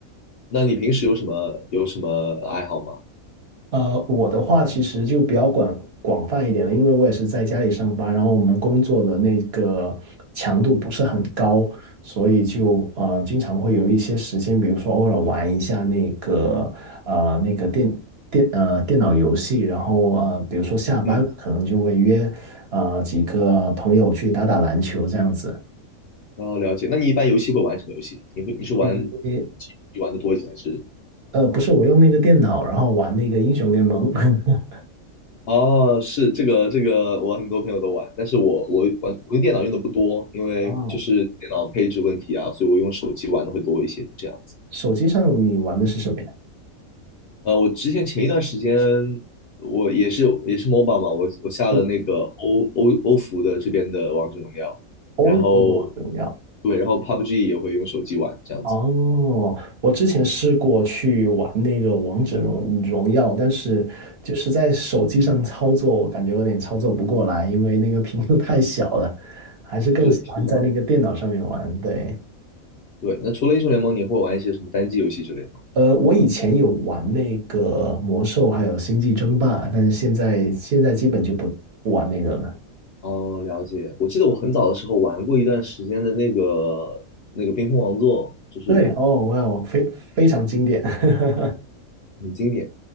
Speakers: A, on the left; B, on the right.
A: 那你平时有什么有什么爱好吗？
B: 呃，我的话其实就比较广广泛一点了，因为我也是在家里上班，然后我们工作的那个强度不是很高，所以就呃经常会有一些时间，比如说偶尔玩一下那个呃那个电电呃电脑游戏，然后呃比如说下班了，
A: 嗯，
B: 可能就会约呃几个朋友去打打篮球这样子。
A: 然后了解。那你一般游戏会玩什么游戏？你会你是玩
B: 诶，
A: 玩的多一些还是？
B: 呃，不是，我用那个电脑，然后玩那个英雄联盟。<laughs>
A: 哦，是这个这个，我很多朋友都玩，但是我我玩我用电脑用的不多，因为就是电脑配置问题啊，
B: 哦，
A: 所以我用手机玩的会多一些这样子。
B: 手机上你玩的是什么呀？
A: 呃，我之前前一段时间我也是也是 MOBA 嘛，我我下了那个欧欧欧服的这边的王者荣耀，
B: 是 OPPO
A: 然后
B: 的王者荣耀。
A: 对，然后 PUBG 也会用手机玩这样子，
B: 哦，我之前试过去玩那个王者荣荣耀，但是就是在手机上操作，我感觉有点操作不过来，因为那个屏幕太小了，还是更喜欢在那个电脑上面玩。
A: 是是这样。
B: 对，
A: 对，那除了英雄联盟，你会玩一些什么单机游戏之类的吗？
B: 呃，我以前有玩那个魔兽，还有星际争霸，但是现在现在基本就不不玩那个了。
A: 哦，了解。我记得我很早的时候玩过一段时间的那个那个冰封王座，就是
B: 对，哦，哇哦，我非非常经典。<laughs>
A: 很经典。